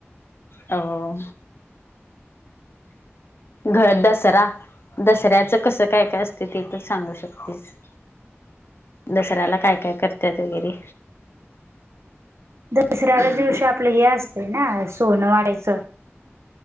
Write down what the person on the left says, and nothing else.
हो घर दसरा दसऱ्याचं कसं काय काय असत ते तर सांगू शकतेस दसऱ्याला काय काय करतात वगैरे